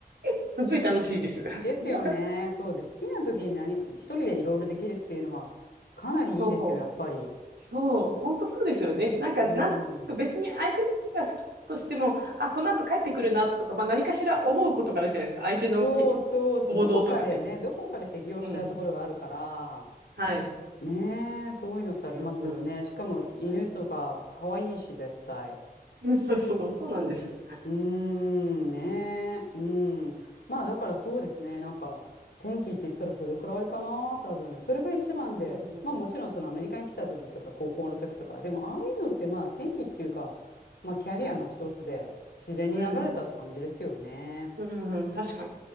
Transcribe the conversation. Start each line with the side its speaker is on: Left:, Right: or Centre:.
Right: すごい楽しいです。<laughs>
Left: ですよね。そうです。好きな時に何、一人でいろいろできるっていうのはかなりいいですよ、
Right: そう。
Left: やっぱり。
Right: そう。本当そうですよね。なんか、
Left: うん。
Right: なんとなく別に相手のことが好きとしても、あ、この後帰ってくるなとか、まあ何かしら思うことがあるじゃないですか。相手のき
Left: そうそうそう、
Right: 行動とかね。
Left: どこかでね、どこかで適用しちゃうところがあるから、
Right: うん。はい。
Left: ねえ、そういうのってありますよね。
Right: うんうん。
Left: しかも犬とか可愛いし、
Right: あります。
Left: 絶対。
Right: <laughs> うんそうそう、そうなんです。
Left: うーん、ねえ、うん。まあだからそうですね、なんか天気って言ったらそれくらいかな、多分。それが一番で、
Right: うんうん。
Left: まあもちろんそのアメリカに来た時とか高校の時とか、でもああいうのってまあ天気っていうか、まあキャリアの一つで自然に流れたって感じですよね。
Right: はい。うん。うんうん。確かに。